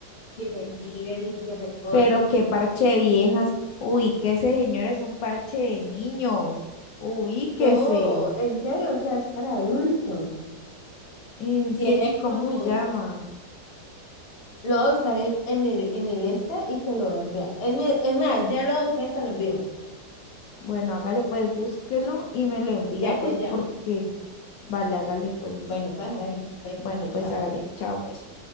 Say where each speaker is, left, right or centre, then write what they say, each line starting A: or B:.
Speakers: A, on the left (about 40°); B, on the left (about 75°).
A: que se tiran y que recochen.
B: pero qué parche de viejas, uy, que ese señor es un parche de niños, ubíquese,
A: No, en serio, o sea, es para adultos.
B: en
A: Tiene
B: serio, ¿y ¿cómo
A: como...
B: se llama?
A: Lo voy a buscar en, en el, en el este y te lo voy a enviar. Es mi- es más, ya lo voy a buscar y te lo envío.
B: Bueno, hágale pues, búsquelo y me lo envía,
A: Ya
B: pues,
A: te llamo.
B: porque, vale, hágale pues,
A: Bueno, pues, hágale. Besito,
B: bueno,
A: chao.
B: pues hágale, chao pues.